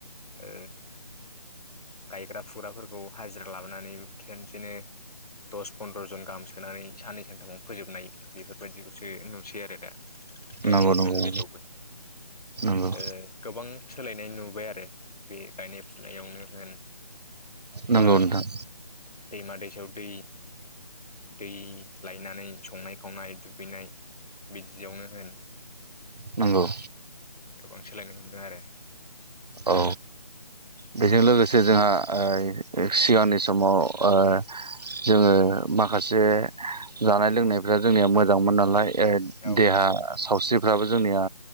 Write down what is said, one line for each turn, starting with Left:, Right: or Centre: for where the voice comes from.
Left: ओ गायग्रा फुग्राफोरखौ हाजिरा लाबोनानै खेनसेनो दस फन्द्र'जन गाहाम सोनानै साननै सानथामाव फोजोबनाय बेफोर बायदिखौसो नुसै आरो दा। गायनाय
Right: नंगौ
Left: फुनायनि
Right: नंगौ नंगौ
Left: बेलायावबो
Right: नंगौ
Left: ओ गोबां सोलायनाय नुबाय दो बे गायनाय फुनायावनो होन बा
Right: नंगौ नोंथां
Left: दैमा दैसायाव दै दै लायनानै संनाय खावनाय दुगैनाय बि दियावनो होन
Right: नंगौ
Left: गोबां सोलायनो नुदों आरो
Right: औ बेजों लोगोसे जोंहा ओ सिगांनि समाव ओ जोङो माखासे जानाय लोंनायफ्रा जोंनिया मोजांमोन नालाय ओ
Left: औ
Right: देहा सावस्रि फोराबो जोंनिया